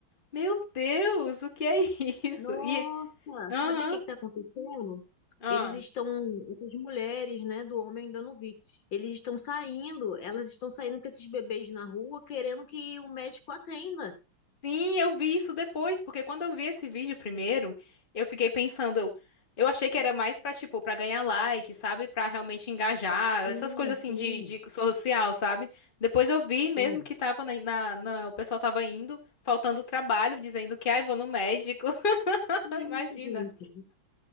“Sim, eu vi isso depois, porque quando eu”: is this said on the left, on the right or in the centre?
Left